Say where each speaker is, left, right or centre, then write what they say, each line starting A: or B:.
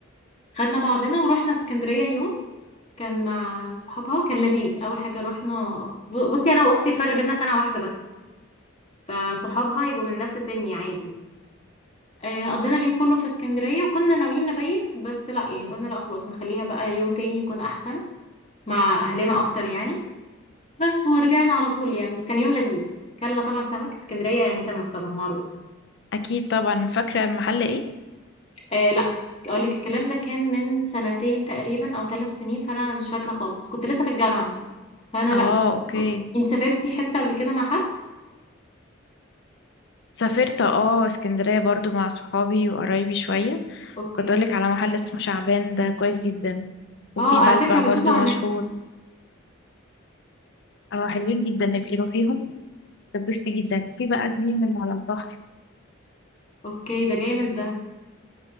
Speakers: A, on the left; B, on the left.
A: خدنا بعضنا ورحنا اسكندريه يوم كان مع صحابها كان لذيذ اول حاجه رحنا ب- بصي انا واختي الفرق بينا سنه واحده بس فصحابها يبقوا من نفس سني عادي آه، قضينا اليوم كله في اسكندريه وكنا ناويين نبيت بس لا يعني قلنا لا خلاص نخليها بقى يوم تاني يكون احسن مع اهلنا اكتر يعني بس ورجعنا على طول يعني بس كان يوم لذيذ كلنا طبعا سمك اسكندريه يعني سمك طبعا معروف
B: اكيد طبعا فاكره المحل ايه
A: آه لا اقول لك الكلام ده كان من سنتين تقريبا او ثلاث سنين فانا مش فاكره خالص كنت لسه في الجامعه فانا
B: اه
A: لا مش
B: اوكي
A: فاكره خالص انت سافرتي حته قبل كده مع حد
B: سافرت اه اسكندريه برضو مع صحابي وقرايبي شويه
A: اوكي
B: كنت اقولك على محل اسمه شعبان ده كويس جدا وفي
A: اه على
B: بلبع
A: فكره بشوفه
B: برضو
A: على
B: مشهور
A: النت
B: اه حلوين جدا نبقي روحيهم تبسطي جدا في بقى جليم اللي على البحر
A: اوكي ده جامد ده